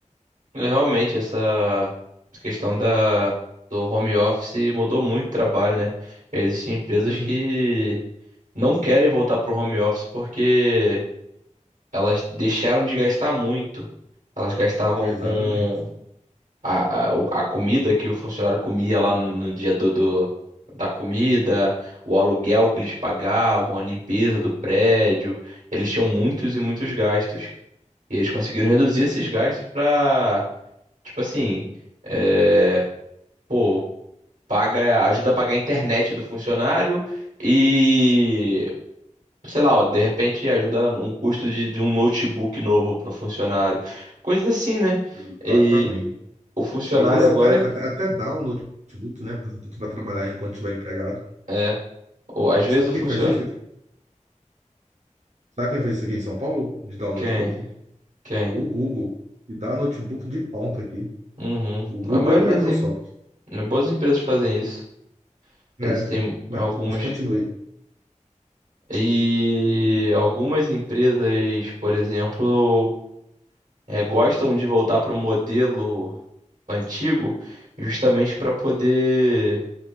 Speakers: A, on the right (about 80°); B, on the right (about 65°).
A: É, Realmente, essa essa questão da, do home office mudou muito o trabalho, né? Existem empresas
B: Uhum,
A: que não querem voltar pro home office porque elas deixaram de gastar muito. Elas gastavam
B: exatamente.
A: com a, a, o- a comida que o funcionário comia lá no, no dia do, do- da comida, o aluguel que eles pagavam, a limpeza do prédio. Eles tinham muitos e muitos gastos. E eles conseguiram reduzir esses gastos pra, tipo assim, é, pô, paga, ajuda a pagar a internet do funcionário e, sei lá, ó, de repente ajuda um custo de, de um notebook novo pro funcionário. Coisas assim, né?
B: Exatamente.
A: E o funcionário
B: Às vezes
A: agora,
B: até, até, até dá o notebook, né, para trabalhar enquanto estiver empregado.
A: é, ou às vezes
B: Sabe
A: o
B: quem
A: funcionário,
B: faz isso aqui? Sabe quem faz isso aqui em São Paulo, de dar o notebook?
A: quem? Quem?
B: O Google, que dá notebook de ponta aqui.
A: Uhum.
B: O Google
A: A maioria
B: é a Microsoft.
A: das em- boas empresas fazem isso. Existem
B: É, mas,
A: algumas.
B: mas continue.
A: E algumas empresas, por exemplo, eh, gostam de voltar para o modelo antigo justamente para poder